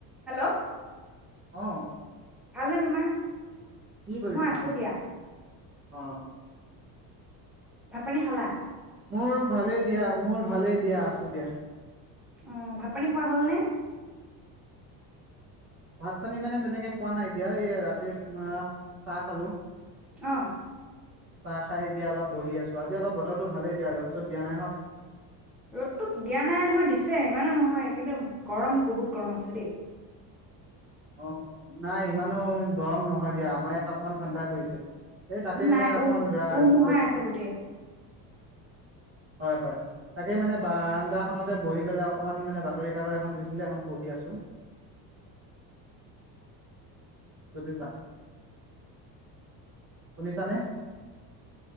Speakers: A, in the centre; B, on the right (about 30°).
A: Hello!
B: অহ।
A: ভালনে তোমাৰ?
B: কৰিছা
A: মই আছোঁ দিয়া।
B: অ।
A: ভাত-পানী খালা?
B: মোৰ ভালে দিয়া, মই ভালেই দিয়া। আছোঁ দিয়া।
A: অ', ভাত পানী খোৱা হ'লনে?
B: ভাত পানী মানে তেনেকে খোৱা নাই এতিয়া, এই ৰাতিপুৱাৰ চাহ খালোঁ।
A: অ।
B: চাহ খাই এতিয়া অলপ বহি আছোঁ, আজি অলপ বতৰটো ভালেই দিয়া ৰ'দ - চ'দ দিয়া নাই হয়।
A: ৰ'দতোক দিয়া নাই নহয় দিছে ইমানো নহয়, কিন্তু গৰম বহুত গৰম আছে দেই।
B: অ', নাই ইমানো গৰম নহয় দিয়া, আমাৰ ইয়াত অকমান ঠাণ্ডা পৰিছে। এই তাকে
A: উম
B: মানে
A: নাই
B: অকণ
A: উ
B: আ
A: উমোহাই
B: চে
A: আছে গোটেই
B: হয় হয়, তাকে মানে বাৰান্দাখনতে বহি পেলাই অকণমান মানে বাতৰিকাকত এখন দিছিলে, এখন পঢ়ি আছোঁ। বুজিছা? শুনিছানে